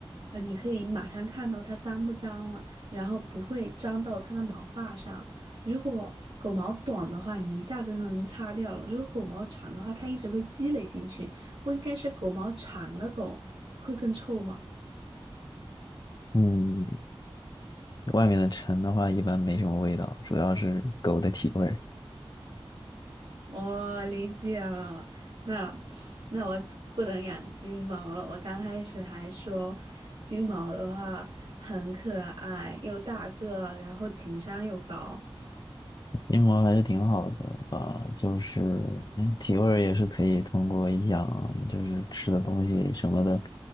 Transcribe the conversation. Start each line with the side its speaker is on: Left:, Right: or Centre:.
Right: 呃，你可以马上看到它脏不脏了。然后不会粘到它的毛发上。如果狗毛短的话，你一下子就能擦掉了；如果狗毛长的话，它一直会积累进去。不应该是狗毛长的狗会更臭吗？
Left: <laughs> 嗯，外面的尘的话一般没什么味道，主要是狗的体味儿。
Right: 哦，理解了。那那我只不能养金毛了。我刚开始还说金毛的话很可爱，又大个，然后情商又高。
Left: 金毛还是挺好的吧，就是嗯体味儿也是可以通过养，就是吃的东西什么的，